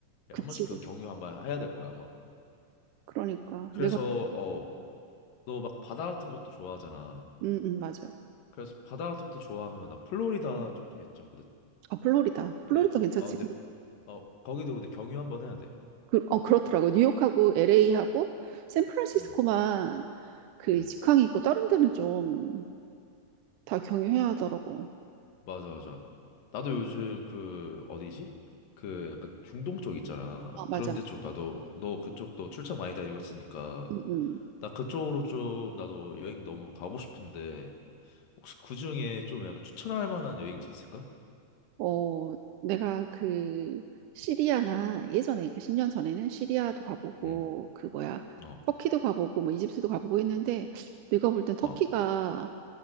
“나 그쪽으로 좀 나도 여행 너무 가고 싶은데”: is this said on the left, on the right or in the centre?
Left